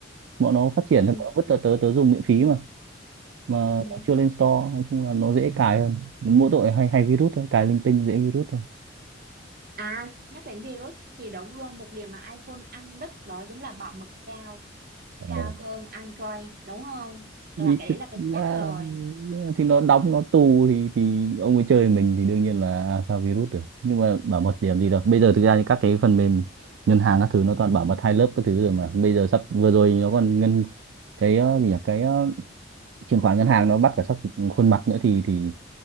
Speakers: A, on the right (about 70°); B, on the right (about 50°).
A: bọn nó phát triển
B: ừ
A: thì bọn nó vứt tớ tớ tớ dùng miễn phí mà mà
B: ừ
A: nó chưa lên store nói chung là nó dễ cài hơn mỗi tội hay hay virus thôi cài linh tinh dễ virus
B: à nhắc đến virus thì đúng luôn một điểm mà iPhone ăn đứt đó chính là bảo mật cao
A: thôi
B: cao hơn Android đúng không
A: vì
B: là cái
A: thực
B: đấy là cái
A: ra
B: chắc rồi
A: là nhưng mà thì nó đóng nó tù thì thì ông ấy chơi mình thì đương nhiên là alpha virus được nhưng mà bảo mật điểm gì đâu bây giờ thực ra thì các cái phần mềm ngân hàng các thứ nó toàn bảo mật hai lớp các thứ rồi mà bây giờ sắp vừa rồi nó còn ngân cái ờ, gì nhỉ cái ờ, chuyển khoản ngân hàng nó bắt cả sắp khuôn mặt nữa thì, thì